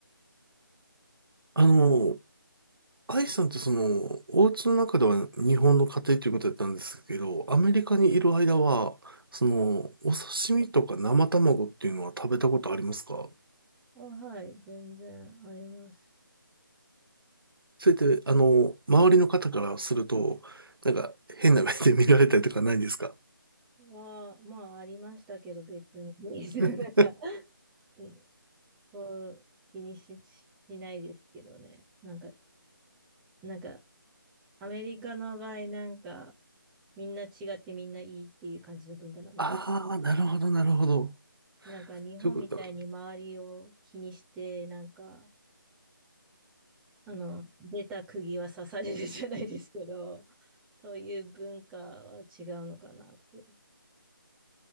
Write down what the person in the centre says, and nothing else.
あ、はい、全然あります。
は、まあ、ありましたけど、別に、<laughs>
なんか、うん、そう気にし、しないですけどね。なんか、なんか、アメリカの場合、なんか、みんな違ってみんないいっていう感じの文化なので、
なんか日本みたいに周りを気にして、
なんか、あの、出た釘は刺されるじゃないですけど、そういう文化は違うのかなって。